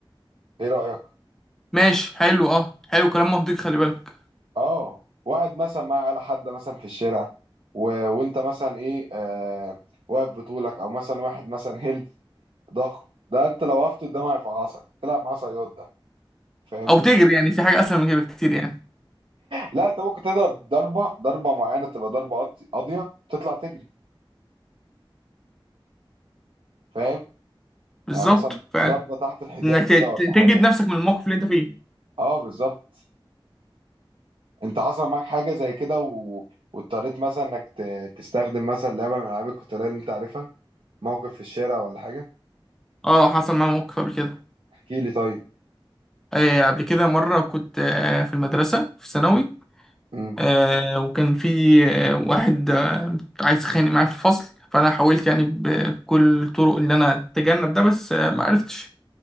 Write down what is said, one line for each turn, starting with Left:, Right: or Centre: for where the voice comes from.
Right: ايه رايك
Centre: ماشي حلو اه حلو كلام منطقي خلي بالك
Right: اه واحد مثلا مع على حد مثلا في الشارع و... وانت مثلا ايه آه... واقف بطولك او مثلا واحد مثلا هيل ضخم ده انت لو وقفت قدامه هيفعصك تلعب معاه صياد ده فاهمني
Centre: او تجري يعني في حاجه اسهل من كده بكتير يعني
Right: لا انت ممكن تضرب ضربه ضربه معينه تبقى ضربه قط- قاضيه تطلع تجري فاهم
Centre: بالظبط
Right: يعني مثلا
Centre: فعلا
Right: ضربه تحت الحزام
Centre: انك
Right: كده
Centre: ت- ت-
Right: ولا حاجه
Centre: تنجد نفسك من الموقف اللي انت فيه
Right: اه بالظبط انت حصل معاك حاجه زي كده و... واضطريت مثلا انك ت... تستخدم مثلا لعبه من العاب القتاليه اللي انت عارفها موقف في الشارع ولا حاجه
Centre: اه حصل معايا موقف قبل كده
Right: احكي لي طيب
Centre: آه، قبل كده مرة كنت آه، في المدرسة في الثانوي
Right: امم
Centre: آه، وكان في آه، واحد آه، عايز يتخانق معايا في الفصل فأنا حاولت يعني بكل الطرق إن أنا أتجنب ده بس آه، ما عرفتش